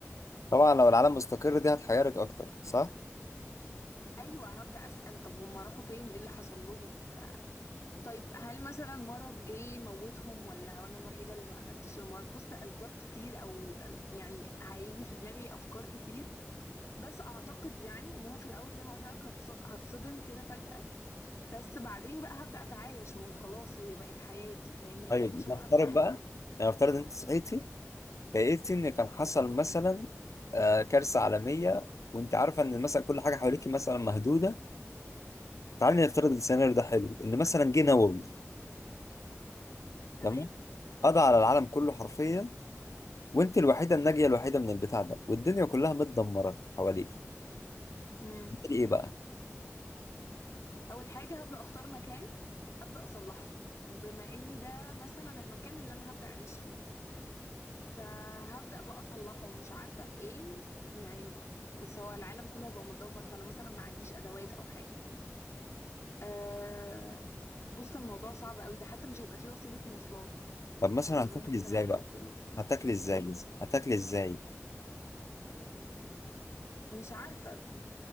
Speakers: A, on the left; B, on the left.
A: طبعا لو العالم مستقر دي هتحيرك أكتر صح؟
B: ايوه هبدا اسال طب هم راحوا فين ايه اللي حصل لهم طيب هل مثلا مرض جه موتهم ولا انا الوحيده اللي ما اخدتش المرض بص ده اسباب كتير او يعني هيجي في دماغي افكار كتير بس اعتقد يعني ان انا في الاول زي ما قلت لك هتص- هتصدم كده فجأة بس بعدين بقى هبدأ اتعايش ما هو خلاص هي بقت حياتي فاهمني
A: طيب
B: اكيد مش هروح
A: نفترض
B: انتحر
A: بقى
B: يعني
A: يعني نفترض أنت صحيتي فقلت ان كان حصل مثلا آه، كارثه عالميه وانت عارفه ان مثلا كل حاجه حواليك مثلا مهدوده تعالي نفترض السيناريو ده حلو ان مثلا جه نووي
B: تمام
A: تمام قضى على العالم كله حرفيا وانت الوحيده الناجيه الوحيده من البتاع ده والدنيا كلها متدمره حواليك
B: امم
A: هتعملي ايه بقى
B: اول حاجه هبدأ اختار مكان ابدأ اصلحه بما اني ده مثلا المكان اللي انا هبدأ اعيش فيه فهبدأ بقى اصلحه ومش عارفة بايه يعني بس هو العالم كله هيبقى متدمر فانا مثلا ما عنديش ادوات او حاجة أه بص الموضوع صعب قوي ده حتى مش هيبقى فيه وسيلة مواصلات
A: طب مثلا
B: يعني بما
A: هتاكلي
B: ان
A: ازاي
B: العالم
A: بقى
B: كله
A: هتاكلي ازاي
B: ايه
A: مثلا هتاكلي ازاي
B: مش عارفة